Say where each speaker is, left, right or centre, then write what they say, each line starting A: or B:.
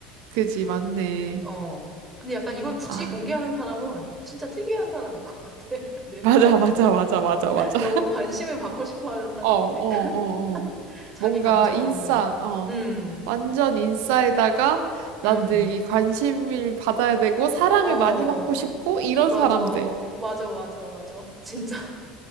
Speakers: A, on the right; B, on the right.
A: 그지, 맞네.
B: 어. 근데 약간 이걸 굳이
A: 아,
B: 공개하는 사람은 진짜 특이한 사람일 것 같아. <laughs> 내 생각에.
A: 맞아, 맞아, 맞아, 맞아, 맞아.
B: 너무 관심을 받고 싶어 하는 사람?
A: 어, 어, 어,
B: 약간?
A: 어.
B: <laughs> 자기
A: 뭔가
B: 감정을.
A: 인싸, 어.
B: 음.
A: 완전 인싸에다가
B: 음.
A: 난 늘 이 관심을 받아야 되고 사랑을
B: 어,
A: 많이 받고 싶고 이런
B: 맞아.
A: 사람들.
B: 맞아, 맞아, 맞아. <laughs> 진짜.